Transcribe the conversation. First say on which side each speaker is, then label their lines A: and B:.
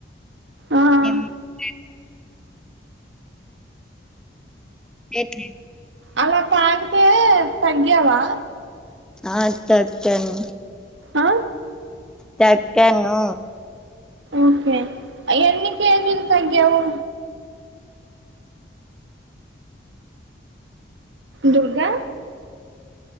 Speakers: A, on the right; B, in the centre.
A: ఆ
B: ఎం టండి ఏట్
A: అలా తాగితే తగ్గావా
B: ఆ తగ్గాను
A: ఆ
B: తక్కాను
A: ఓకే ఎన్ని కేజీలు తగ్యావు దుర్గా